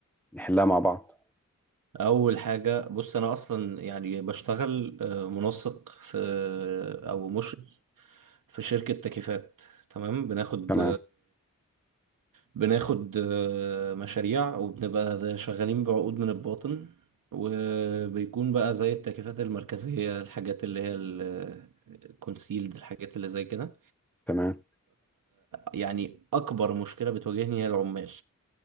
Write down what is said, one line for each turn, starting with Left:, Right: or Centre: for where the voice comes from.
Centre: نحلها مع بعض
Right: اول حاجه بص انا اصلا يعني بشتغل آه، منسق في آه، او مشرف في شركه تكييفات تمام بناخد
Centre: تمام
Right: بناخد آه، مشاريع وبنبقى ده- شغالين بعقود من الباطن وبيكون بقى زي التكييفات المركزيه الحاجات اللي هي الكونسيلد الحاجات اللي زي كده
Centre: تمام
Right: فيعني اكبر مشكله بتواجهني هي العمال